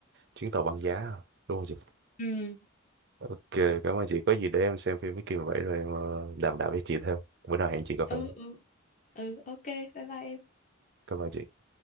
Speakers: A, on the right; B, on the left.
A: chuyến tàu băng giá đúng không chị
B: ừ
A: ok cảm ơn chị có gì để em xem phim với kia vậy rồi em ờ, đàm đạo với chị thêm bữa nào hẹn chị cà phê
B: ừ ừ ừ ok bye bye em
A: cảm ơn chị